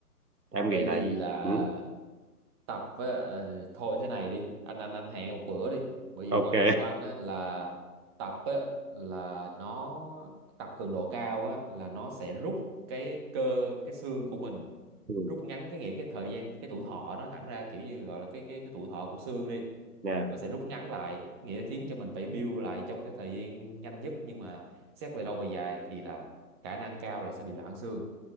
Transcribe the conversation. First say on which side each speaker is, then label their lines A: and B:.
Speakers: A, on the right; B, on the right.
A: em
B: bởi
A: nghĩ là
B: vì là
A: ừ,
B: tập với ờ, thôi thế này đi anh anh anh hẹn một bữa đi bởi vì
A: ok
B: quan điểm của anh á, là tập á, là nó tập cường độ cao á, là nó sẽ rút cái cơ cái xương của mình
A: <laughs> ừ,
B: rút ngắn cái nghĩa cái thời gian cái tuổi thọ nó thẳng ra kiểu như gọi là cái cái cái tuổi thọ của xương đi
A: nè,
B: nó sẽ rút ngắn lại nghĩa là khiến cho mình phải build lại trong cái thời gian nhanh nhất nhưng mà xét về lâu về dài thì là khả năng cao là sẽ bị loãng xương